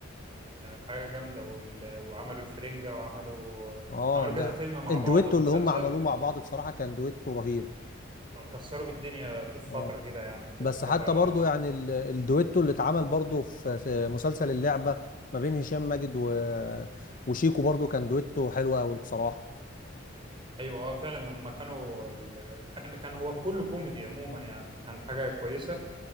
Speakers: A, on the right; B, on the left.
A: كانت حاجه جامده وال... وعملوا الفرنجه وعملوا
B: اه
A: عملوا كذا
B: ده
A: فيلم مع
B: الدويتو
A: بعض او مسلسل
B: اللي هم عملوه مع بعض بصراحه كان دويتو رهيب
A: كسروا بالدنيا في فتره
B: اه
A: كده يعني
B: بس
A: جت
B: حتى
A: فتره
B: برضو يعني ال- الدويتو اللي اتعمل برضو في في مسلسل اللعبة ما بين هشام ماجد و... وشيكو برضو كان دويتو حلو قوي بصراحة
A: ايوه اه فعلا هم كانوا ال- كان كان هو كله كوميدي عموما يعني كان حاجه كويسه